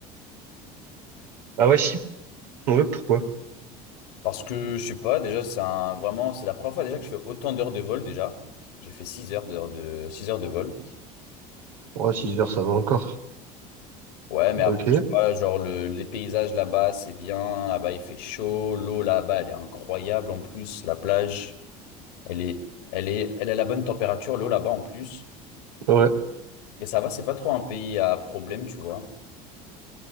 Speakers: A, on the right (about 75°); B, on the left (about 75°).
A: Ah ouais, Chypre. Ouais, pourquoi?
B: parce que je sais pas déjà c'est un vraiment c'est la première fois déjà que je fais autant d'heures de vol déjà. J'ai fait six heures d'heures de 6 heures de vol.
A: Ouais, 6 heures, ça va encore.
B: Ouais, mais après
A: Ok, ouais.
B: tu vois genre le, les paysages là-bas, c'est bien, là-bas il fait chaud, l'eau là-bas elle est incroyable en plus, la plage Elle est, elle est, elle a la bonne température, l'eau là-bas en plus.
A: Ouais,
B: Et ça va, c'est pas trop un pays à problème, tu vois.